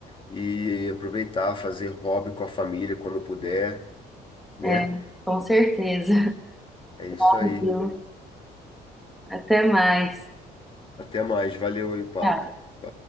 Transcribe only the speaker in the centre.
É, com certeza.
<laughs>
Viu? Até mais.
Tchau.